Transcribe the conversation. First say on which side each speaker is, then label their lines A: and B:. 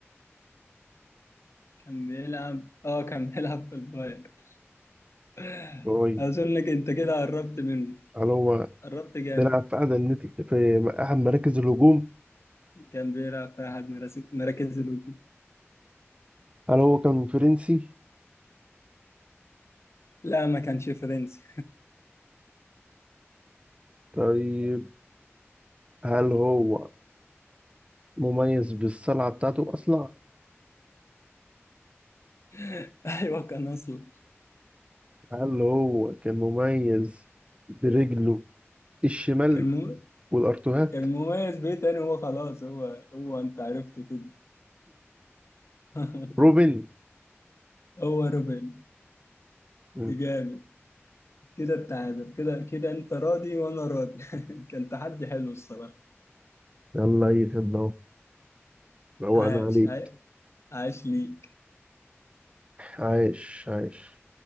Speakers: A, on the left; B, on the right.
A: كان بيلعب <laughs> اه كان بيلعب في الباير <laughs>
B: طيب
A: أظنك أنت كده قربت منه
B: هل هو
A: قربت جامد
B: بيلعب في أحد أندية في أحد مراكز الهجوم؟
A: كان بيلعب في أحد مراس- مراكز الهجوم
B: هل هو كان فرنسي؟
A: لا ما كانش فرنسي
B: طيب هل هو مميز بالصلعة بتاعته أصلع؟
A: <laughs> أيوه كان أصلا
B: هل هو كان مميز برجله الشمال
A: كان مو...
B: والأرتوهات؟
A: كان مميز بيه تاني هو خلاص هو هو أنت عرفته كده <laughs>
B: روبن
A: هو روبن
B: مم.
A: جامد كده التعادل كده كده أنت راضي وأنا راضي <laughs> كان تحدي حلو الصراحة
B: يلا يا خدمة روقنا
A: عاش
B: عليك
A: عاش عاش ليك
B: عايش عايش